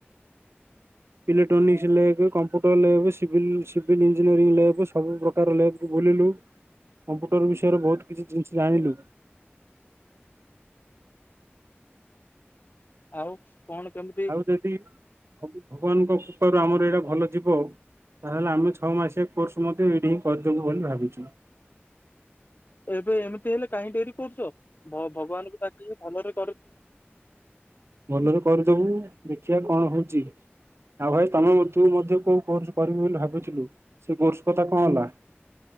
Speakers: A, on the right; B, on the left.
A: ଇଲେକ୍ଟ୍ରୋନିକସ ଲେଗେ କ ହୋଟଲରେ ଏବେ ସିଭିଲ୍ ସିଭିଲ୍ ଇଞ୍ଜିନିଅରିଂ ଲେବ ସବୁ ପ୍ରକାର ଲେବକୁ ବୁଲିଲୁ। କମ୍ପୁଟର ବିଷୟରେ ବହୁତ କିଛି ଜିନିଷ ଜାଣିଲୁ।
B: ଆଉ କଣ କେମତି
A: ଆଉ ଯଦି ଭଗ ଭଗବାନଙ୍କ କୃପାରୁ ଆମର ଏଇରା ଭଲ ଯିବ ତାହେଲେ ଆମେ ଛଅ ମାସିଆ କୋର୍ସ ମଧ୍ୟ ଏଇଡି ହିଁ କରିଦେବୁ ବୋଲି ଭାବିଚୁ।
B: ଏବେ ଏମିତି ହେଲେ କାହିଁ ଡେରି କରୁଚ ଭ ଭଗବାନଙ୍କୁ ଡାକିଲେ ଭଲରେ
A: ଭଲରେ କରିଦବୁ ଦେଖିବା କଣ ହଉଛି ଆଉ ଭାଇ ତମେ ମଧୁ ତୁ ମଧ୍ୟ କୋଉ କୋର୍ସ କରିବୁ ବୋଲି ଭାବିଥିଲୁ ସେଇ କୋର୍ସ କଥା କଆଁ ହେଲା।